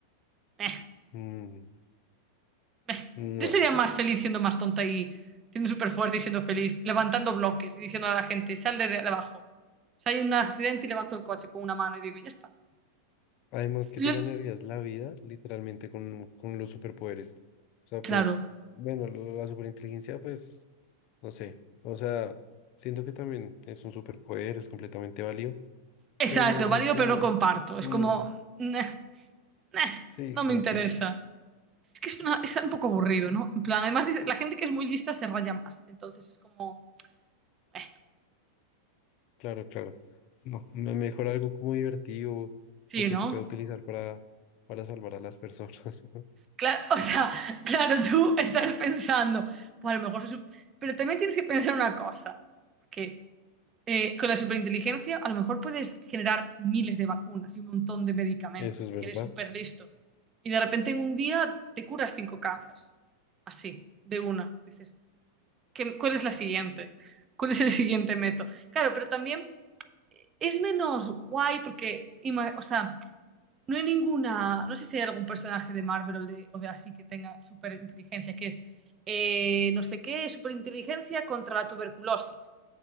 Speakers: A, on the right; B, on the left.
A: Eh,
B: Mm,
A: eh.
B: no.
A: Yo sería más feliz siendo más tonta y siendo súper fuerte y siendo feliz, levantando bloques y diciendo a la gente, sal de, de abajo. O sea, hay un accidente y levanto el coche con una mano y digo, ya está.
B: Además que
A: Lo-
B: te ganarías la vida literalmente con, con los superpoderes. O sea,
A: Claro,
B: pues, bueno, la, la superinteligencia, pues, no sé. O sea, siento que también es un superpoder, es completamente válido,
A: exacto,
B: pero
A: válido,
B: es como,
A: pero no comparto. Es
B: mm,
A: como, "Neh, neh,
B: sí,
A: no
B: como
A: me interesa.
B: que, mm,
A: Es que es, una- es un poco aburrido, ¿no? En plan, además dice, la gente que es muy lista se raya más. Entonces es como, eh,
B: claro, claro. No, me- mejor algo como divertido
A: sí,
B: o que
A: ¿no?
B: se pueda utilizar para, para salvar a las personas. <laughs>
A: Claro, o sea, <laughs> claro, tú estás pensando, pues a lo mejor soy sup- Pero también tienes que pensar una cosa, que eh, con la superinteligencia a lo mejor puedes generar miles de vacunas y un montón de medicamentos,
B: Eso es
A: porque
B: verdad.
A: eres súper listo. Y de repente en un día te curas cinco cánceres. Así, de una. Dices, ¿qué- cuál es la siguiente? ¿Cuál es el siguiente método? Claro, pero también es menos guay porque, ima- o sea, no hay ninguna, no sé si hay algún personaje de Marvel o de, o de así que tenga superinteligencia, que es eh, no sé qué, superinteligencia contra la tuberculosis.